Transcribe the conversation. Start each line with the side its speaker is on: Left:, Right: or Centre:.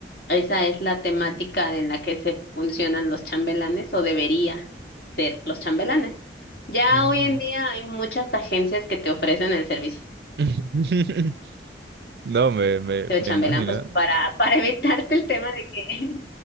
Left: Esa es la temática en la que se funcionan los chambelanes o debería ser los chambelanes. Ya
Right: Ujú.
Left: hoy en día hay muchas agencias que te ofrecen el servicio
Right: <laughs> No, me, me,
Left: de
Right: me
Left: chambelán,
Right: imagino.
Left: pues para, para <laughs> evitarte el tema de que,